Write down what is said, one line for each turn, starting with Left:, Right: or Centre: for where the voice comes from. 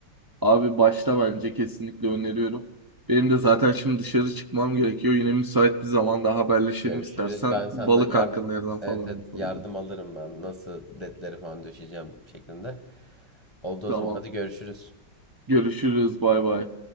Right: Abi başta bence kesinlikle öneriyorum. Benim de zaten şimdi dışarı çıkmam gerekiyor. Yine müsait bir zamanda haberleşelim
Left: Görüşürüz.
Right: istersen.
Left: Ben senden
Right: Balık
Left: yardım
Right: hakkında yerden falan.
Left: evet, evet
Right: yapalım.
Left: yardım alırım ben. Nasıl ledleri falan döşeyeceğim şeklinde. Oldu
Right: Tamam.
Left: o zaman. Hadi görüşürüz.
Right: Görüşürüz. Bay bay.